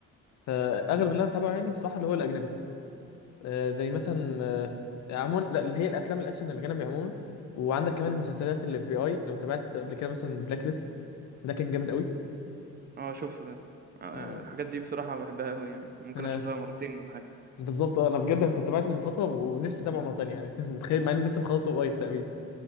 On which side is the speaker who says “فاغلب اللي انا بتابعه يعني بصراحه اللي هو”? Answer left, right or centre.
Left